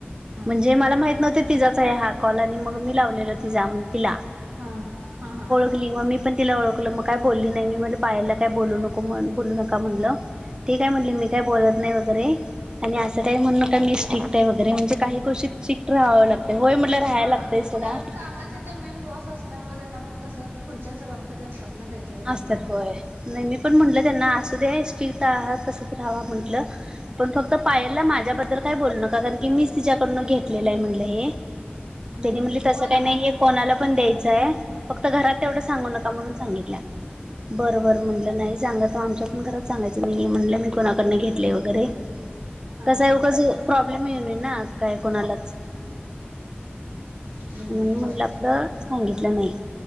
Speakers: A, on the right; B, on the right.
A: हा
B: म्हणजे मला माहित नव्हते तिजाचा आहे हा कॉलनी मग मी लावलेला तिजा तिला
A: हा हा हा
B: गली मग मी पण ति ओळखलं मग काय बोलली नाही मी म्हणे पायाला काय बोलू नको म्हण बोलू नका म्हणलं ते काय म्हटली मी काय बोलत नाही वगैरे आणि असं
A: हा
B: काही म्हण मिस्टिक आहे वगैरे म्हणजे काही गोष्टी सिक्टट राहाव लागतय होय म्हटलं राहायला
A: हा
B: लागतंय सोडा
A: कारण कामाच्या मेन बॉस असल्यामुळे त्यांना पण कस पुढच्या जबाबदारी असतात काहीतरी त्यांना
B: असतात
A: पण
B: होय नाही मी पण म्हटलं त्यांना अस दे्या स्टिक्ट आहात तसंच राहावा म्हंटलं पण फक्त पायलला माझ्याबद्दल काय बोल नका कारण की मीच तिच्याकडनं घेतलेलं आहे म्हणलं हे
A: नाही
B: त्यांनी
A: नाही
B: म्हणले तसं
A: मला
B: काही नाही हे कोणाला पण द्यायचंय फक्त घरात तेवढं सांगू नका म्हणून सांगितलं बरं
A: हा
B: बर म्हटलं नाही सांगा तो आमच्या पण घरात सांगायचं नाही म्हटलं मी कोणाकड घेत वगैरे
A: हा
B: कस ए प्रॉब्लेम येऊय ना काय कोणालाच
A: हम्म
B: म्हण म्ह
A: होय
B: आप सांगितलं नाही